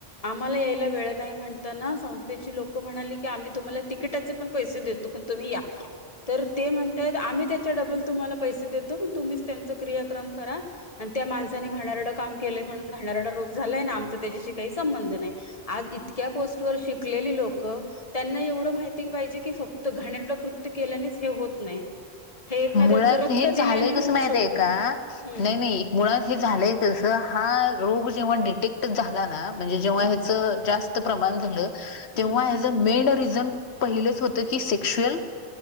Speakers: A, on the left; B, on the left.
A: आम्हाला यायला वेळ नाही म्हणताना संस्थेची लोकं म्हणाली की आम्ही तुम्हाला तिकिटाचे पण पैसे देतो. पण तुम्ही या तर ते म्हण आम्ही त्याच्या डबल तुम्हाला पैसे देतो तुम्हीच त्यांच क्रियाक्रम करा आणि त्या माण त्यांनी घाणेरडं काम केलंय म्हून घाणारडा रोग झालाय ना आमचा त्याच्याशी काही संबंध नाही. आज इतक्या पोस्ट वर शिकलेली लोकं त्यांना एवढं माहिती पाहिजे की फक्त घाणेरड कृत्य केल्यानेच हे होत नाही. हे एखाद्याचं
B: मुळात
A: रक्त
B: हे
A: दिल्याने
B: झालंय कस
A: होऊ
B: माहित
A: शकतं
B: आहे का
A: हम्म
B: नाही नाही. मुळात हे झालंय कसं हा रोग जेव्हा डिटेक्ट झाला ना. म्हणजे जेव्हा
A: हम्म
B: ह्याच जास्त प्रमाण झालं
A: हम्म
B: तेव्हा ह्याच मेन रिझन पहिलच होत की सेक्शुल